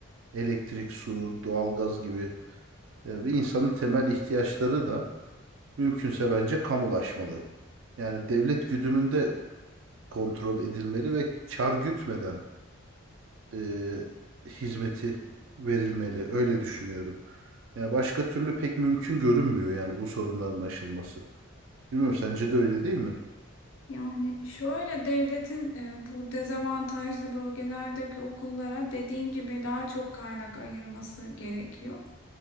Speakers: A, on the right; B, on the left.
A: elektrik, su, doğalgaz gibi e, bir insanın temel ihtiyaçları da mümkünse bence kamulaşmalı. Yani devlet güdümünde kontrol edilmeli ve kar gütmeden e, hizmeti verilmeli. Öyle düşünüyorum. Yani başka türlü pek mümkün görünmüyor yani bu sorunların aşılması. Bilmiyorum sence de öyle değil mi?
B: Yani şöyle devletin e, bu dezavantajlı bölgelerdeki okullara dediğin gibi daha çok kaynak ayırması gerekiyor.